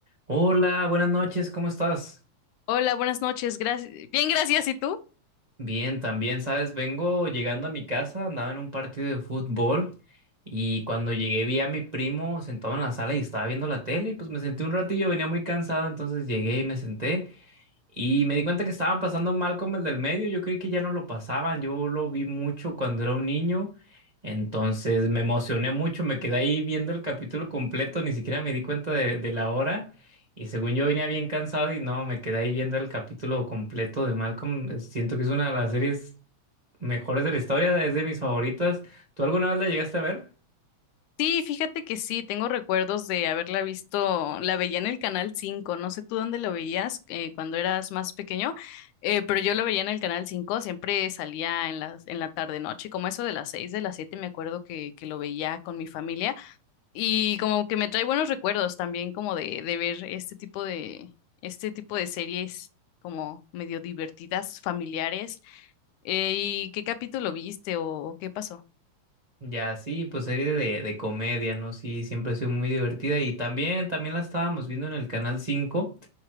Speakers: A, on the right; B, on the left.
A: Hola, buenas noches, ¿cómo estás?
B: Hola, buenas noches. Gracias. Bien, gracias. ¿Y tú?
A: Bien, también, sabes, vengo llegando a mi casa, andaba en un partido de fútbol y cuando llegué vi a mi primo sentado en la sala y estaba viendo la tele y pues me senté un ratillo, venía muy cansado, entonces llegué y me senté y me di cuenta que estaban pasando mal como el del medio, yo creí que ya no lo pasaban, yo lo vi mucho cuando era un niño, entonces me emocioné mucho, me quedé ahí viendo el capítulo completo, ni siquiera me di cuenta de, de la hora. Y según yo venía bien cansado y no, me quedé ahí viendo el capítulo completo de Malcolm. Eh, Siento que es una de las series mejores de la historia, es de mis favoritas. ¿Tú alguna vez la llegaste a ver?
B: Sí, fíjate que sí, tengo recuerdos de haberla visto, la veía en el Canal 5. no sé tú dónde lo veías eh, cuando eras más pequeño, eh, pero yo lo veía en el Canal 5. siempre salía en la, en la tarde noche, como eso de las 6, de las 7. me acuerdo que, que lo veía con mi familia y como que me trae buenos recuerdos también como de, de ver este tipo de, este tipo de series como medio divertidas, familiares. Eh, ¿y qué capítulo viste o o qué pasó?
A: Ya, sí, pues serie de, de comedia, ¿no? Sí, siempre ha sido muy divertida y también, también la estábamos viendo en el Canal 5.